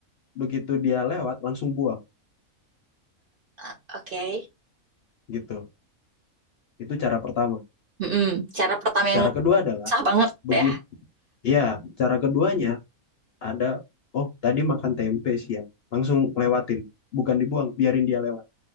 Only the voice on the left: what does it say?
Begitu dia lewat, langsung buang,
gitu. Itu cara pertama.
Cara kedua adalah,
begitu,
ya, cara keduanya ada oh tadi makan tempe siang langsung lewatin bukan dibuang biarin dia lewat